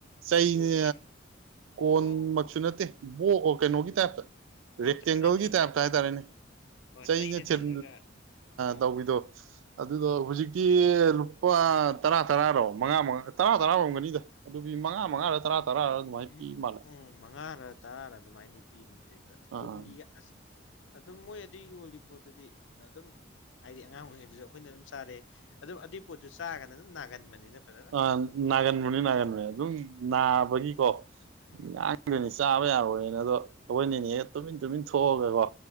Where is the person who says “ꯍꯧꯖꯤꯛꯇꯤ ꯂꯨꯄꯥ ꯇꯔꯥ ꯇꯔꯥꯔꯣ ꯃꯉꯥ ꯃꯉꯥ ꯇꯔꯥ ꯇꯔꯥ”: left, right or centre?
Right